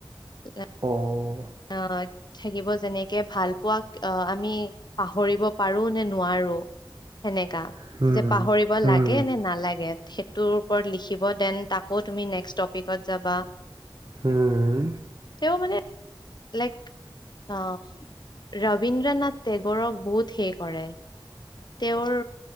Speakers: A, on the left; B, on the right.
A: <unintelligible>
B: অ'
A: আহ থাকিব যেনেকে ভাল পোৱাক আমি পাহৰিব পাৰো নে নোৱাৰো। সেনেকা
B: হুম
A: যে পাহৰিব
B: হুম
A: লাগে নে নালাগে। সেইটোৰ ওপৰত লিখিব দেন তাকো তুমি নেক্সট টপিকত যাবা।
B: উম।
A: তেওঁ মানে লাইক আহ ৰবীন্দ্ৰ নাথ টেগৰক বহুত সেই কৰে। তেওঁৰ